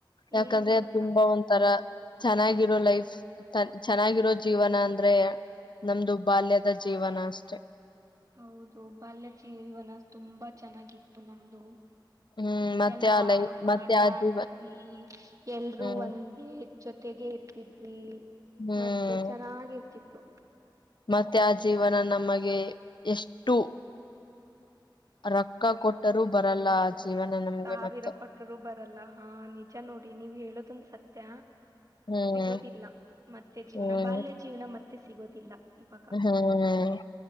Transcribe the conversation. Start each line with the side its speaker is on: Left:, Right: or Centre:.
Left: ಯಾಕಂದ್ರೆ
Right: ಏನ್ ಮಾಡಕ್ಕಾಗಲ್ಲ
Left: ತುಂಬಾ ಒಂಥರ ಚೆನ್ನಾಗಿರೋ ಲೈಫ್. ಚೆನ್ನಾಗಿರೋ ಜೀವನ ಅಂದ್ರೆ ನಮ್ದು ಬಾಲ್ಯದ ಜೀವನ ಅಷ್ಟೇ.
Right: ಹೌದು ಬಾಲ್ಯ ಜೀವನ ತುಂಬಾ ಚೆನ್ನಾಗಿತ್ತು ನಮ್ದು.
Left: ಹ್ಮ್ ಮತ್ತೆ
Right: ಎಲ್ಲಾ
Left: ಆ ಲೈ ಮತ್ತೆ
Right: ಆಟ
Left: ಆ
Right: ಆಡ್ತಿದ್ವಿ
Left: ಜೀವ
Right: ಎಲ್ರು
Left: ಹ್ಮ್
Right: ಒಂದ್ ಜೊತೆಗೆ ಇರ್ತಿದ್ವಿ
Left: ಹ್ಮ್
Right: ಮತ್ತೆ ಚೆನ್ನಾಗಿರ್ತಿತ್ತು.
Left: ಮತ್ತೆ ಆ ಜೀವನ ನಮಗೆ ಎಷ್ಟು. ರೊಕ್ಕ ಕೊಟ್ಟರು ಬರಲ್ಲ ಅದು. ಜೀವನ ನಮ್ಗೆ.
Right: ಸಾವಿರ
Left: ಮತ್ತೆ
Right: ಕೊಟ್ಟರು ಬರಲ್ಲ ಹಾ ನಿಜ ನೋಡಿ ನೀವ್ ಹೇಳದಂದ ಸತ್ಯ.
Left: ಹ್ಮ್
Right: ಸಿಗೋದಿಲ್ಲ ಮತ್ತೆ ಜೀವನ
Left: ಹ್ಮ್
Right: ಬಾಲ್ಯ ಜೀವನ ಮತ್ತೆ ಸಿಗೋದಿಲ್ಲ ಇವಾಗ.
Left: ಹ್ಮ್